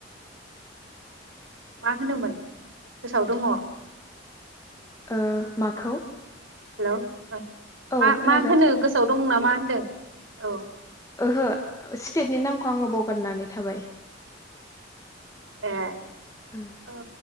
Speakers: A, on the right; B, on the left.
A: मा होनोमोन गोसोआव दङ ।
B: ओ माखौ?
A: हेल' ओ
B: औ
A: मा
B: खोनादों
A: मा होनो गोसोआव दं नामा होनदों औ,
B: ओहो स्टेटनि नामखौ आङो बावगारनानै थाबाय।
A: ए,
B: औ
A: ओ